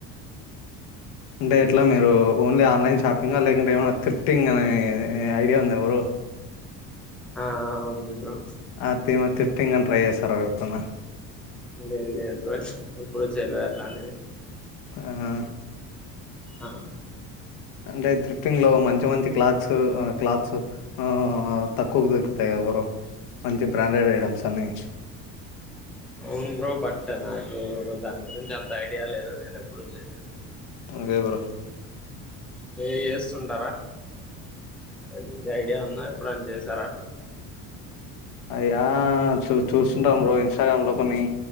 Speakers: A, on the left; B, in the centre.
A: అంటే ఎట్లా మీరు ఓన్లీ ఆన్లైన్ షాపింగ్ లేకుంటే ఏమైనా త్రిఫ్టింగ్ అనే ఐడియా ఉందా బ్రో
B: ఆ ఆ ఉంది బ్రో
A: ఆ తిమ త్రిఫ్టింగ్ అని ట్రై చేస్తార ఎప్పుడన్నా
B: లేదు లేదు బ్రో ఎప్పుడు చెయ్యలేదు అట్లాంటిది
A: ఆ ఆ
B: ఆ
A: అంటే త్రిఫ్టింగ్ లో మంచి మంచి క్లాక్స్ ఆ క్లాత్స్ ఆ ఆ ఆ ఆ తక్కువకు దొరుకుతాయి క దా బ్రో మంచి బ్రాండెడ్ ఐటెమ్స్ అన్ని
B: అవును బ్రో బట్ నాకు దాని గురించి అంత ఐడియా లేదు నేను ఎప్పుడూ చేయలేదు
A: ఓకే బ్రో
B: మీరు చేస్తుంటారా అంటే మీకు ఐడియా ఉందా ఎప్పుడన్నా చేసారా ఇలా
A: అయ్యా చూ చూస్తుంట ఇన్స్టాగ్రామ్ లో కొన్ని